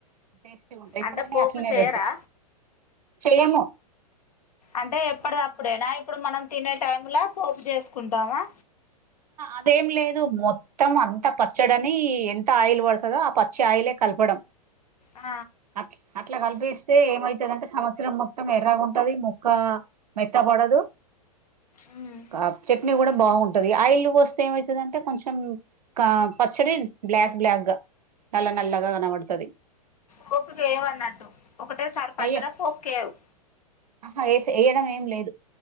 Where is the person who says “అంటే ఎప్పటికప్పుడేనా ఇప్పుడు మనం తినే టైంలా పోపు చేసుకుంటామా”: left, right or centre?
Left